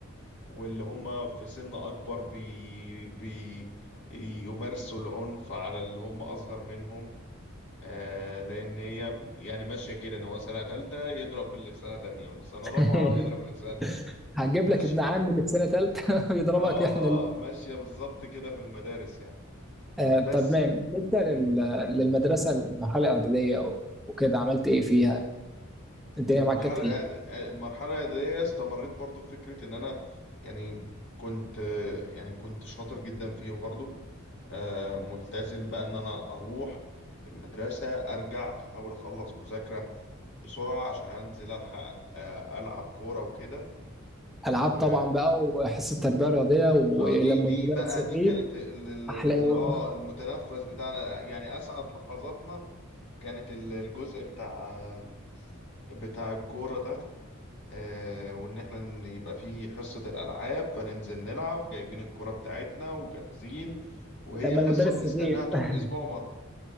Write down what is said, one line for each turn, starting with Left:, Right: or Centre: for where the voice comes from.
Left: واللي هم في سن أكبر بي... بي... يمارسوا العنف على اللي هم أصغر منهم آه لأن هي يعني ماشية كده إن هو سنة تالتة يضرب اللي في سنة تانية واللي في سنة
Centre: <laughs>
Left: رابعة يضرب اللي في سنة تالتة
Centre: هجيب
Left: ماشية
Centre: لك ابن عمي اللي في سنه ثالثه <laughs> ويضربك
Left: آه
Centre: احنا اللي-
Left: آه ماشية بالظبط كده في المدارس يعني
Centre: آه طب
Left: بس
Centre: مام بالنسبه
Left: مم.
Centre: لل... للمدرسه المرحله الاعداديه و- وكده عملت ايه فيها الدنيا
Left: المرحلة
Centre: معاك كانت ايه
Left: الإعد- المرحلة الإعدادية استمريت برضو في فكرة إن أنا يعني كنت يعني كنت شاطر جدا فيه برضو آه، ملتزم بقى إن أنا أروح المدرسة أرجع أحاول أخلص مذاكرة بسرعة عشان أنزل ألحق آه، ألعب كورة وكده
Centre: العاب
Left: و-
Centre: طبعا بقى وحصه تربيه رياضيه ولما
Left: اه دي دي
Centre: المدرس
Left: بقى
Centre: يغيب
Left: دي كانت ال ال ال
Centre: احلى
Left: ال-
Centre: يوم
Left: اه المتنفس بتاعنا يعني أسعد لحظاتنا كانت ال- الجزء بتاع بتاع الكورة ده آه وان احنا ن- يبقى في حصة الالعاب فننزل نلعب جايبين الكرة بتاعتنا وجاهزين
Centre: <laughs>
Left: وهي
Centre: لما
Left: حصة
Centre: المدرس
Left: بنستناها
Centre: يغيب
Left: طول
Centre: <laughs>
Left: الاسبوع مرة